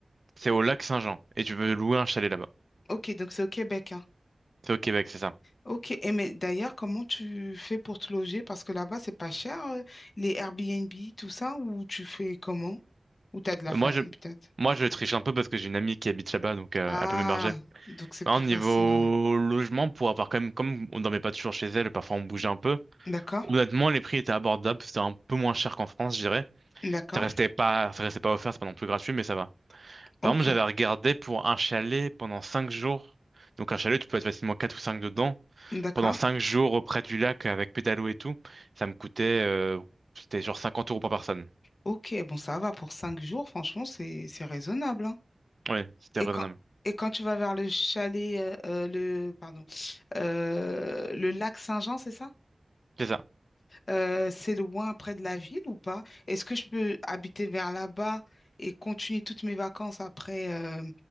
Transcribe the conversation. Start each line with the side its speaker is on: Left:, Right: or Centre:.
Right: C'est au lac Saint-Jean et tu peux louer un chalet là-bas.
Left: Ok, donc c'est au Québec, hein.
Right: C'est au Québec, c'est ça.
Left: Ok, et mais d'ailleurs, comment tu fais pour te loger? Parce que là-bas, c'est pas cher, euh, les Airbnb, tout ça, ou tu fais comment? Ou t'as de la
Right: Euh,
Left: famille,
Right: Moi, je,
Left: peut-être?
Right: moi, je triche un peu parce que j'ai une amie qui habite là-bas, donc euh,
Left: Ah,
Right: elle peut m'héberger.
Left: donc c'est
Right: Hein,
Left: plus
Right: niveau
Left: facile, ouais.
Right: logement, pour avoir quand même, comme on dormait pas toujours chez elle, parfois on bougeait un peu.
Left: D'accord,
Right: Honnêtement, les prix étaient abordables, c'était un peu moins cher qu'en France, je dirais.
Left: d'accord,
Right: Ça restait pas, ça restait pas offert, c'est pas non plus gratuit, mais ça va.
Left: ok,
Right: Par exemple, j'avais regardé pour un chalet pendant cinq jours. Donc un chalet, tu peux être facilement quatre ou cinq dedans.
Left: d'accord,
Right: Pendant cinq jours auprès du lac avec pédalo et tout, ça me coûtait, euh, c'était genre 50 euros par personne.
Left: ok. Bon, ça va pour cinq jours, franchement, c'est c'est raisonnable, hein.
Right: Ouais, c'était
Left: Et
Right: raisonnable.
Left: quand et quand tu vas vers le chalet, euh, euh, le pardon, euh, le lac Saint-Jean, c'est ça?
Right: C'est ça.
Left: Euh, c'est loin près de la ville ou pas? Est-ce que je peux habiter vers là-bas et continuer toutes mes vacances après euh,